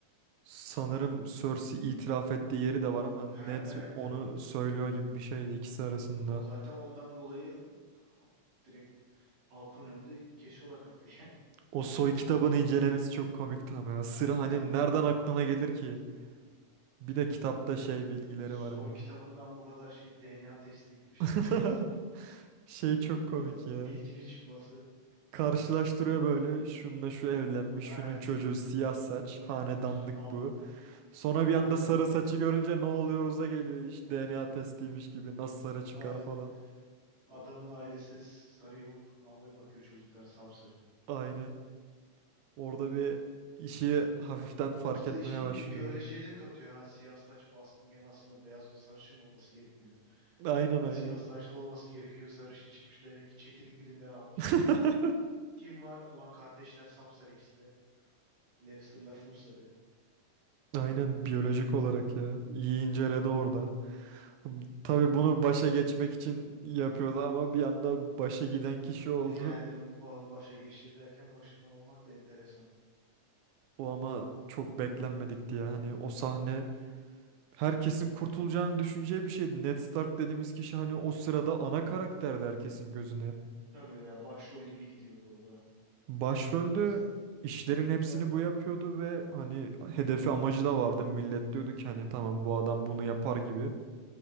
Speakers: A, on the right; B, on the right.
A: Sanırım Cersei itiraf ettiği yeri de var ama Ned
B: Ha, evet
A: onu
B: değil mi?
A: söylüyor gibi bir şeydi ikisi
B: Evet.
A: arasında.
B: O zaten ondan dolayı ha- direkt halkın önünde kesiyorlar kafayı yani.
A: O soy kitabını incelemesi çok komikti ama ya.
B: Evet,
A: Sır hani
B: ya- yani.
A: nereden aklına gelir ki?
B: Hı. hı.
A: Bir de kitapta
B: Ve
A: şey bilgileri
B: soy
A: var hani.
B: kitabından bu kadar şey DNA testi gibi şeyin
A: <laughs>
B: çıkması.
A: Şey çok komik
B: Bu kadar
A: ya.
B: bilginin çıkması.
A: Karşılaştırıyor böyle. Şununla şu evlenmiş,
B: Evet.
A: şunun çocuğu siyah saç,
B: <laughs>
A: hanedanlık
B: Ama
A: bu. Sonra
B: Ama
A: bir anda
B: he-
A: sarı saçı görünce ne oluyoruz'a geliyor iş.
B: Aha.
A: DNA testiymiş gibi nasıl sarı çıkar
B: ailen,
A: falan.
B: adamın ailesinde sarı yok. Ama bir bakıyor çocuklar sapsarı.
A: Aynen. Orada bir işi hafiften fark
B: O usta
A: etmeye
B: işi
A: başlıyor.
B: bir biyolojiye de katıyor ha. Siyah saç baskınken aslında beyaz sarışın olması gerekmiyor.
A: Aynen aynen.
B: Siyah saçlı olması gerekiyor. Sarışın çıkmış demek ki çekinik birinden almış.
A: <laughs>
B: Kim var? Allah kardeşler sapsarı ikisi de. Lannister'lar full sarı.
A: Aynen biyolojik olarak ya. İyi
B: Hı.
A: inceledi orada. Tabii bunu başa geçmek için yapıyordu ama bir anda başa giden kişi oldu.
B: Yani ba- başa geçeceğiz derken başından olmak da enteresan.
A: O ama çok beklenmedikti ya. Hani o sahne herkesin kurtulacağını düşüneceği bir şeydi. Ned Stark dediğimiz kişi hani o sırada ana karakterdi herkesin gözüne.
B: Tabii ya başrol gibi gidiyordu orada.
A: Başrolde
B: Z-
A: işlerin hepsini
B: Zaten
A: bu yapıyordu ve hani hedefi amacı da vardı. Millet diyordu ki hani tamam bu adam bunu yapar gibi.